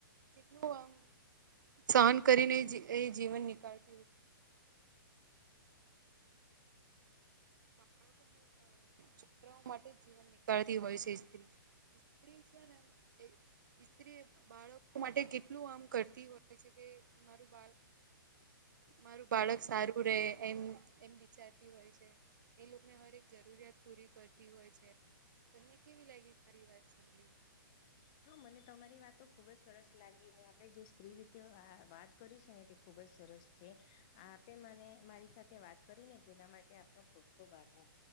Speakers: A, on the right (about 55°); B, on the left (about 15°).
A: કેટલું આમ સહન કરીને એ જીવન નીકળ <inaudible> અને છોકરાઓ માટે જીવન નીકળતી હોય છે સ્ત્રી <inaudible> સ્ત્રી બાળકો માટે કેટલું આમ કરતી હોય છે કે મારું બાળ મારું બાળક સારું રહે એમ વિચારતી હોય છે એ લોકોને દરેક જરૂરિયાત પૂરી કરતી હોય છે તમને કેવી લાગી મારી વાત સાંભળીને
B: હા મને તમારી વાતો ખુબ જ સરસ લાગી ને આપણે જે સ્ત્રી રીતે વાત કરી છે ને તે ખૂબ ખૂબ જ સરસ છે આપે મને મારી સાથે વાત કરી ને તેના માટે આપનો ખૂબ ખૂબ આભાર હમ